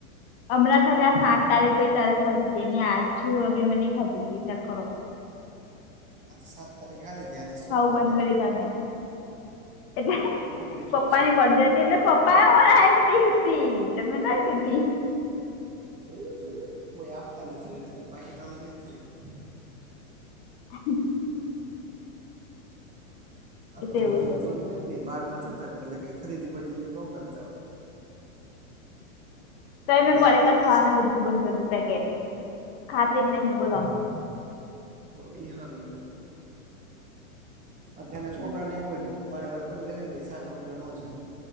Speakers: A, on the left (about 45°); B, on the right (about 20°).
A: હમણાં ખાલી આ સાત તારીખ ગઈ ત્યારે ખાધી હતી, <unintelligible> નઈ ખાધી. વિચાર કરો.
B: આ સાત તારીખ આવી...
A: બંધ
B: <unintelligible>
A: કરી, <unintelligible> એટલે
B: કોંગ્રેચ્યુલેશન
A: પપ્પાની... એટલે પપ્પા એ <unintelligible> તીતી તો મે લઈ દીધી.
B: જોયું જોયું કોઈ આપતા નથી, એટલે બાકી તમે લય જ લ્યો
A: હમ્મ.
B: આ
A: એટલે
B: તો હમણા
A: એવું
B: બધું
A: થયું
B: બંધ હોય નઈ બહાર ન જતા હોય એટલે કઈ ખરીદી બરીદી ન કરતા હોય.
A: તોએ મેં
B: મેન
A: પડીકા
B: વાત
A: ખાવાના
B: એ છે
A: બધુ બંધ કરી દીધા કે ખાતી જ નહીં બોલો.
B: તો ઈ હારુ લ્યો.
A: <inaudible>
B: અત્યારના છોકરાને એવું હોય, વારે વારે પડીકા ખાયને તો શાક રોટલા નો જમે.